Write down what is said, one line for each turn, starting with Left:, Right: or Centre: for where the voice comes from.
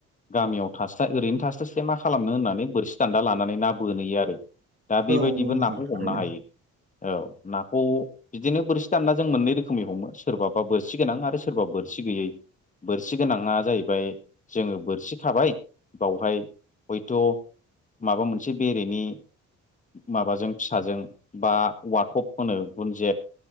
Left: गामियाव थास्ला ओरैनो थास्लायस्लाय मा खालामनो होननानै बोरसि दान्दा लानानै ना बोनहोयो आरो। दा बेबायदिबो
Right: औ नंगौ नोंथां
Left: नाखौ
Right: थारैनो
Left: हमनो हायो औ नाखौ बिदिनो बोरसि दानना जों मोननै रोखोमै हमो सोरबाबा बोरसि गोनां आरो सोरबा बोरसि गैयै बोरसि गोनाङा जाहैबाय जोङो बोरसि खाबाय बावहाय हयथ' माबा मोनसे बेरेनि माबाजों फिसाजों बा औवाथब होनो गुनजेत